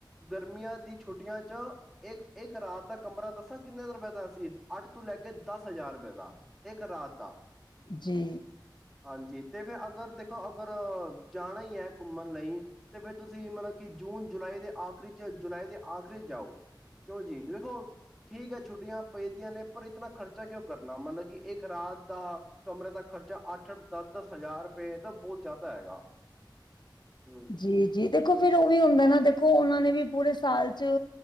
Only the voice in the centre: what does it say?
ਗਰਮੀਆਂ ਦੀ ਛੁੱਟੀਆਂ 'ਚ ਇੱਕ ਇੱਕ ਰਾਤ ਦਾ ਕਮਰਾ ਦੱਸਾਂ ਕਿੰਨੇ ਰੁਪਏ ਦਾ ਸੀ, ਅੱਠ ਤੋਂ ਲੈ ਕੇ ਦਸ ਹਜ਼ਾਰ ਰੁਪਏ ਦਾ। ਇੱਕ ਰਾਤ ਦਾ।
ਹਾਂਜੀ, ਤੇ ਫਿਰ ਅਗਰ ਦੇਖੋਂ ਅਗਰ ਜਾਣਾ ਹੀ ਐ ਘੁੰਮਣ ਲਈ ਤੇ ਫੇਰ ਤੁਸੀਂ ਮਤਲਬ ਕਿ ਜੂਨ ਜੁਲਾਈ ਦੇ ਆਖਰੀ 'ਚ ਜੁਲਾਈ ਦੇ ਆਖਰੀ ਚ' ਜਾਓ। ਕਿਉਂ ਜੀ, ਵੇਖੋ ਠੀਕ ਐ, ਛੁੱਟੀਆਂ ਪੇਦੀਆਂ ਨੇ ਪਰ ਇਤਨਾ ਖਰਚਾ ਕਿਉਂ ਕਰਨਾ, ਮਤਲਬ ਕਿ ਇੱਕ ਰਾਤ ਦਾ ਕਮਰੇ ਦਾ ਖਰਚਾ ਅੱਠ ਅਠ, ਦਸ ਦਸ ਹਜ਼ਾਰ ਰੁਪਏ ਤਾਂ ਬਹੁਤ ਜ਼ਿਆਦਾ ਹੈਗਾ, ਹੂੰ।